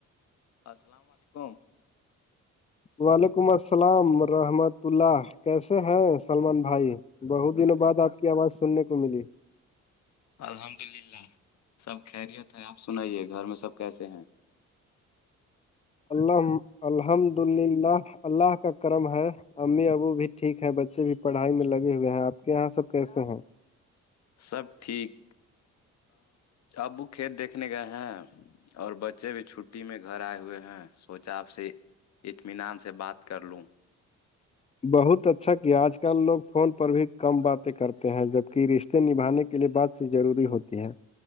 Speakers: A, on the left (about 60°); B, on the left (about 20°).
A: <unintelligible>
B: وعلیکم السلام رحمت اللہ کیسے ہیں سلمان بھائی بہت دنوں بعد آپ کی آواز سننے کو ملی
A: الحمد للہ سب خیریت ہے آپ سنائیے گھر میں سب کیسے ہیں
B: اللہ الحمد للہ اللہ کا کرم ہے امی ابو بھی ٹھیک ہے بچے بھی پڑھائی میں لگے ہوئے ہیں آپ کے یہاں سب کیسے ہیں
A: سب ٹھیک ابو کھیت دیکھنے گئے ہیں اور بچ بچے بھی چھٹی میں گھر آئے ہوئے ہیں سوچا آپ سے اطمینان سے بات کر لوں
B: بہت اچھا کیا آج کل لوگ فون پر بھی کم باتیں کرتے ہیں جبک رشتے نبھانے کے کے لیے بات چی ضروری ہوتی ہے